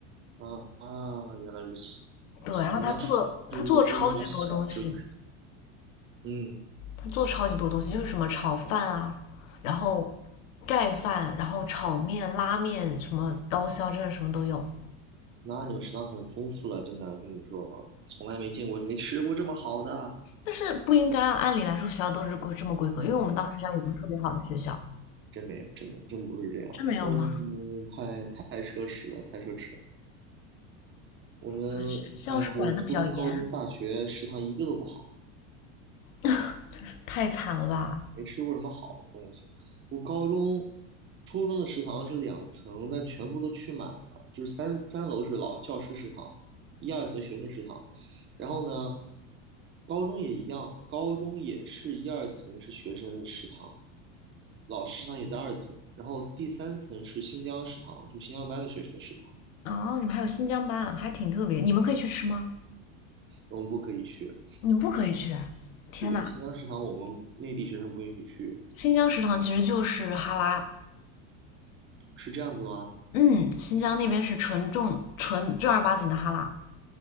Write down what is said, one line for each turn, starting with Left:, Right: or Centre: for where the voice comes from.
Right: 啊啊，原来如此。
Left: 对，然后他做他做了超级多东西，
Right: 我们当时是高中比较小，只有一个嗯，
Left: 他做超级多东西，就是什么炒饭啊，然后盖饭，然后炒面、拉面，什么刀削，真的什么都有。
Right: 那你们食堂很丰富了，真的跟你们说，从来没见过，没吃过这么好的，
Left: 但是不应该啊，按理来说学校都是规这么规格，因为我们当时学校也不是特别好的学校。
Right: 真没有，真没有，真不是这样。
Left: 真没有吗？
Right: 嗯，太太奢侈了，太奢侈了。我们，
Left: 你们学校是管的比较严，
Right: 哎呀，我初中、高中、大学食堂一个都不好，
Left: <laughs> 太惨了吧？
Right: 没吃过什么好。我高中、初中的食堂是两层，但全部都去满了，就是三三楼是老教师食堂，一二层学生食堂。然后呢，高中也一样，高中也是一二层是学生食堂，老师食堂也在二层，然后第三层是新疆食堂，就新疆班的学生的食堂，
Left: 哦，你们还有新疆班，还挺特别。你们可以去吃吗？
Right: 我们不可以去。
Left: 你们不可以去。天呐，
Right: 对，新疆食堂我们内地学生不允许去，
Left: 新疆食堂其实就是哈拉，
Right: 是这样子吗？
Left: 嗯，新疆那边是纯重纯正儿八经的哈拉。